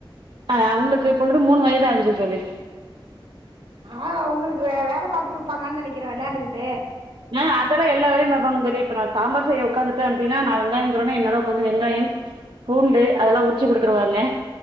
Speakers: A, on the right (about 65°); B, on the right (about 90°).
A: ஆ அவுங்களுக்கு இப்போழுது மூணு வயது ஆகுது தோழி
B: ஆ உங்களுக்கு வே வேல பாத்து குடுப்பாங்க நெனைக்கிறே விளையாண்டுகிட்டு
A: ஆ அதெல்ல எல்லா வேலயு பாப்பாங்க தோழி ந இப்ப சாம்பார் செய்யஉக்காந்துட்டே அப்டினா நா வெங்காய உட்காந்துடனே வெங்காய பூண்டு அதெல்லாம உரிச்சு குடுத்துருவாங்க